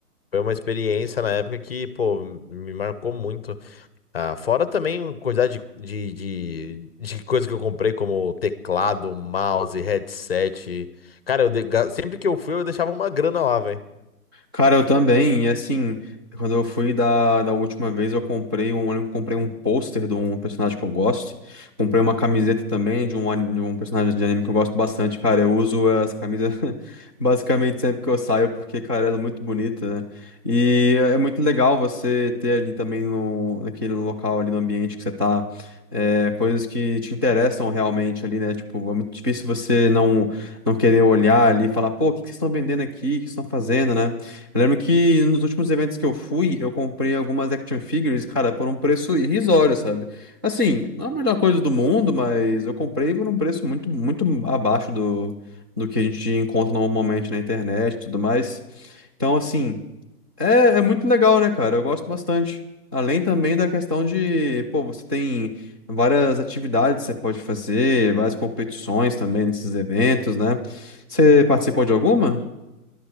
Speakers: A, on the left; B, on the right.
A: foi uma experiência na época que, pô, me marcou muito. Ah, fora também a quantidade de, de, de, de coisa que eu comprei, como teclado, mouse, headset. Cara, eu de- ga- sempre que eu fui, eu deixava uma grana lá, velho.
B: Cara, eu também. E assim, quando eu fui da, da última vez, eu comprei um, eu lembro que comprei um pôster de um personagem que eu gosto. Comprei uma camiseta também de um, ani- de um personagem de anime que eu gosto bastante, cara. Eu uso essa camisa <laughs> basicamente sempre que eu saio, porque, cara, ela é muito bonita, né? E é muito legal você ter ali também no, naquele local ali no ambiente que você tá. é, coisas que te interessam realmente ali, né? Tipo, é muito difícil você não, não querer olhar ali e falar, pô, o que que vocês estão vendendo aqui? O que vocês estão fazendo, né? Eu lembro que nos últimos eventos que eu fui, eu comprei algumas action figures, cara, por um preço irrisório, sabe? Assim, não é a melhor coisa do mundo, mas eu comprei por um preço muito, muito abaixo do, do que a gente encontra normalmente na internet e tudo mais. Então, assim, é, é muito legal, né, cara? Eu gosto bastante. Além também da questão de, pô, você tem várias atividades que você pode fazer, várias competições também nesses eventos, né? Você participou de alguma?